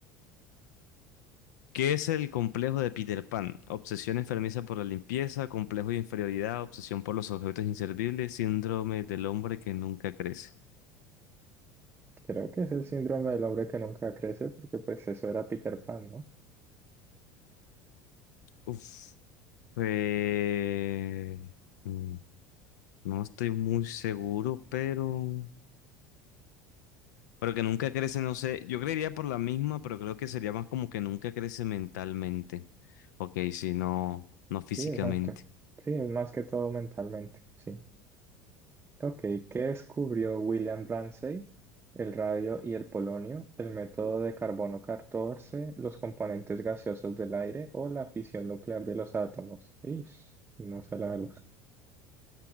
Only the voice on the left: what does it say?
¿Qué es el complejo de Peter Pan? Obsesión enfermiza por la limpieza, complejo de inferioridad, obsesión por los objetos inservibles, síndrome del hombre que nunca crece.
Uf. Eh... mm, No estoy muy seguro, pero... Pero que nunca crece, no sé. Yo creería por la misma, pero creo que sería más como que nunca crece mentalmente. Ok, sí, no, no físicamente.